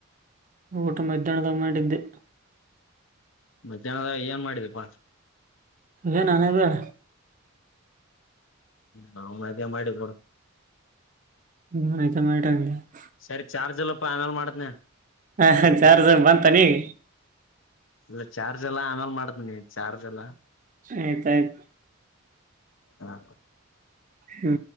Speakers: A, on the right; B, on the left.
A: ಊಟ ಮಧ್ಯಾನ ಮಾಡಿದ್ದೆ
B: ಮಧ್ಯಾಹ್ನದ ಏನ್ ಮಾಡಿದಪ್ಪಾ
A: ಇ ನಾನ ಬ
B: ನ ಮದೇ ಮಾಡಿಬೋಡ
A: ಹ್ಮತ ಮಾಡಟಂಗ <inaudible>
B: ಸರಿ ಚಾರ್ಜ್ ಎಲ್ಲಪ್ಪಾ ಆ ಮೇಲೆ ಮಾಡ್ತೀನಿ
A: ಹ ಚಾರ್ಜ ಬಂತ ನೀಗ
B: ಇಲ್ಲ ಚಾರ್ಜ್ ಎಲ್ಲಾ ಆಮೇಲೆ ಮಾಡ್ತನಿ ಚಾರ್ಜ್ ಎಲ್ಲಾ
A: ಆಯ್ತಾಯ್ತ್
B: ಹಾ
A: ಹ್ಮ